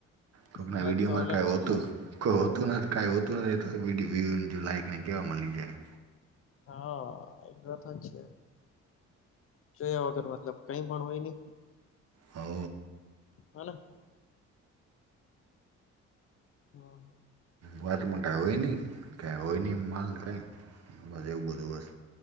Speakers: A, on the right; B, on the left.
A: કપના
B: એ વાત
A: વિડિયોમાં
B: તો અલગ
A: ક હતુ
B: છે યાર
A: કોઈ હોતું નથી કાંઈ હોતુ નથી, તો વ્યુને જો લાઈકને કહેવા મળી જાય
B: હા એ વાત જ છે, જોયા વગર મતલબ કઈ મ હોય ને
A: હો
B: હના હા હ
A: વાતમાં ક હોય નહ ક હોય, નહી માલ કઈ બસ એવું બધું બસ